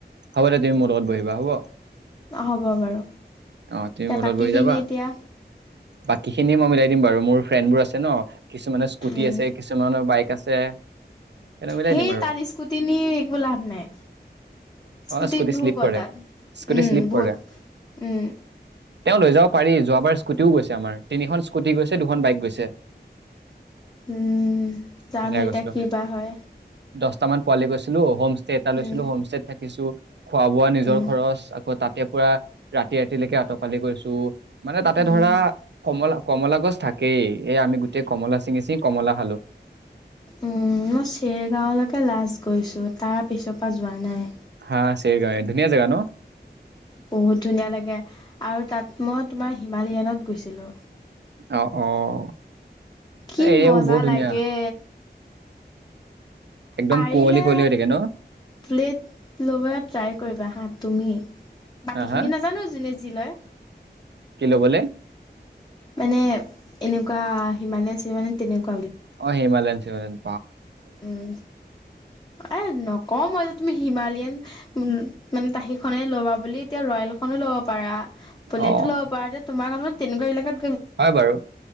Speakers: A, on the right (about 75°); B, on the left (about 25°).
A: হ'ব দে! তুমি মোৰ লগত বহিবা হ'ব।
B: হ'ব বাৰু।
A: অ'! তুমি
B: এতিয়া
A: মোৰ
B: বাকীখিনি
A: লগত বহি যাবা।
B: এতিয়া
A: বাকী খিনি মই মিলাই দিম বাৰু। মোৰ ফ্ৰেণ্ড বোৰ আছে ন'। কিছুমানে স্কুটি
B: উম
A: আছে, কিছুমানৰ বাইক। <unintelligible> মিলাই
B: সেই
A: দিম আৰু
B: তাত স্কুটি নি একো লাভ নাই। স্কুটিত
A: অ স্কুটি
B: নুশুব
A: শ্লিপ কৰে
B: তাত।
A: স্কুটি
B: উম,
A: শ্লিপ
B: বহুত
A: কৰে
B: উম!
A: তেওঁ লৈ যাব পাৰি যোৱাবাৰ স্কুটিও গৈছে। আমাৰ তিনিখন স্কুটি গৈছে দুখন বাইক গৈছে।
B: উম, জানো
A: সেনেকে
B: এতিয়া
A: গৈছিলো
B: কি
A: আমি
B: বা হয়।
A: দহটামান পালি গৈছিলোঁ। হোম এটা লৈছিলোঁ
B: উম
A: হোমষ্টেত থাকে যে কিছু খোৱা বোৱা নিজৰ
B: উম
A: খৰচ। আকৌ, তাত তেওঁ পুৰা ৰাতি ৰাতিলৈকে অ'ত পালি কৰিছোঁ। মানে, তাতে
B: উম
A: ধৰা কমল কমলা গছ থাকেই। এ, আমি গোটেই কমলা ছিঙি ছিঙি কমলা খালোঁ।
B: উম, মই চেৰগাঁওলৈকে লাষ্ট গৈছোঁ। তাৰ পিছৰ পৰা যোৱা নাই।
A: হা! চেৰগাঁও ধুনীয়া জেগা ন'!
B: বহুত ধুনীয়া লাগে আৰু তাত মই তোমাৰ হিমালয়ানত গৈছোঁ। গৈছিলো।
A: অ'! অ'!
B: কি
A: এই এৰিয়াবোৰ
B: মজা
A: বহুত
B: লাগে।
A: ধুনীয়া একদম
B: পাৰিলে
A: কুঁৱলী কুঁৱলী হৈ থাকে ন?
B: ফ্লেট ল'ব ট্ৰাই কৰিবা হা। তুমি? বাকী
A: হা হা
B: খিনি নাজানোঁ। যোনে <unintelligible>
A: কি ল'বলে?
B: মানে এনেকোৱা হিমালয় আছিল মানে তেনেকোৱা
A: অ হিমালয়ান ট্ৰেভেল
B: উম এ নকও মই এতিয়া তুমি হিমালিয়ান উ মানে তা সেইখনে ল'বা বুলি এতিয়া ৰয়েল খনো ল'ব পাৰা বুলেটো
A: অ'
B: ল'ব পাৰ যে তোমাৰ মনত তেনেকোৱা এলেকাত
A: হয় বাৰু